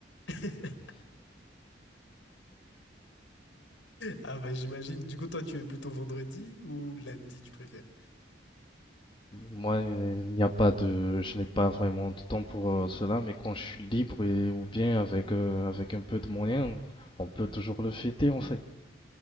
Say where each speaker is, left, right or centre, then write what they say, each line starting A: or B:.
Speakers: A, on the left; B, on the left.
A: <laughs> Ah bah j'imagine. Du coup, toi, tu es plutôt vendredi ou lundi, tu préfères?
B: Moi, il n'y a pas de, je n'ai pas vraiment de temps pour euh, cela, mais quand je suis libre et ou bien avec euh, avec un peu de moyens, on peut toujours le fêter en fait.